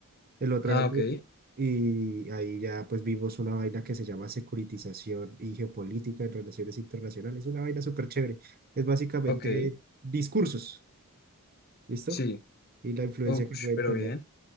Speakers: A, on the right; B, on the left.
A: El otro
B: Ah,
A: era como-
B: ok,
A: Y ahí ya pues vimos una vaina que se llama securitización y geopolítica en relaciones internacionales. Una vaina súper chévere. Es básicamente
B: ok.
A: discursos, ¿listo?
B: Sí.
A: Y la influencia
B: Ush,
A: que pueden
B: pero
A: tener.
B: bien.